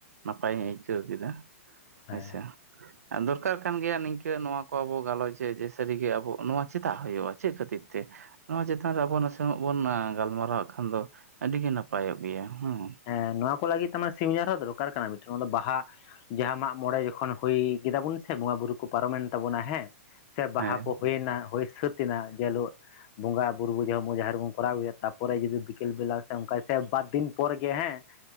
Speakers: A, on the right (about 85°); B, on the left (about 35°).
A: ᱱᱟᱯᱟᱭ ᱤᱧ ᱟᱹᱭᱠᱟᱹᱣ ᱠᱮᱫᱟ᱾
B: ᱦᱮᱸ
A: ᱟᱪᱷᱟ ᱫᱚᱨᱠᱟᱨ ᱠᱟᱱ ᱜᱮᱭᱟ ᱱᱤᱝᱠᱟᱹ ᱱᱚᱣᱟ ᱠᱚ ᱟᱵᱚ ᱜᱟᱞᱚᱪ ᱮ ᱡᱮ ᱥᱟᱹᱨᱤ ᱜᱮ ᱟᱵᱚ ᱱᱚᱣᱟ ᱪᱮᱫᱟᱜ ᱦᱩᱭᱩᱜᱼᱟ ᱪᱮᱫ ᱠᱷᱟᱹᱛᱤᱨ ᱛᱮ᱾ ᱱᱚᱣᱟ ᱪᱮᱛᱟᱱ ᱨᱮ ᱟᱵᱚ ᱱᱟᱥᱮᱱᱟᱜ ᱵᱚᱱ ᱜᱟᱞᱢᱟᱨᱟᱣᱟᱜ ᱠᱷᱟᱱ ᱫᱚ ᱟᱹᱰᱤ ᱜᱮ ᱱᱟᱯᱟᱭᱚᱜ ᱜᱮᱭᱟ ᱦᱮᱸ
B: ᱦᱮᱸ, ᱱᱚᱣᱟ ᱠᱚ ᱞᱟᱹᱜᱤᱫ ᱛᱮ ᱥᱤᱢ ᱡᱟᱣᱨᱟ ᱦᱚᱸ ᱫᱚᱨᱠᱟᱨ ᱠᱟᱱᱟ ᱢᱤᱫᱴᱮᱱ ᱱᱚᱣᱟ ᱫᱚ ᱵᱟᱦᱟ᱾ ᱡᱟᱸᱦᱟᱸ ᱢᱟᱜ ᱢᱚᱬᱮ ᱡᱚᱠᱷᱚᱱ ᱦᱩᱭ ᱠᱮᱫᱟᱵᱚᱱ ᱥᱮ ᱵᱚᱸᱜᱟ ᱵᱩᱨᱩ ᱠᱚ ᱯᱟᱨᱚᱢᱮᱱ ᱛᱟᱵᱚᱱᱟ ᱦᱮᱸ ᱥᱮ ᱵᱟᱦᱟ
A: ᱦᱮᱸ
B: ᱠᱚ ᱦᱩᱭ ᱮᱱᱟ ᱦᱩᱭ ᱥᱟᱹᱛ ᱮᱱᱟ ᱡᱮ ᱦᱤᱞᱳᱜ᱾ ᱵᱚᱸᱜᱟ ᱵᱩᱨᱩ ᱡᱚ ᱡᱟᱦᱮᱨ ᱨᱮ ᱵᱚᱱ ᱠᱚᱨᱟᱣ ᱟᱹᱜᱩᱭᱟ ᱛᱟᱯᱚᱨᱮ ᱡᱩᱫᱤ ᱵᱤᱠᱮᱞ ᱵᱮᱞᱟ ᱥᱮ ᱚᱱᱠᱟ ᱥᱮ ᱵᱟᱨ ᱫᱤᱱ ᱯᱚᱨ ᱜᱮ ᱦᱮᱸ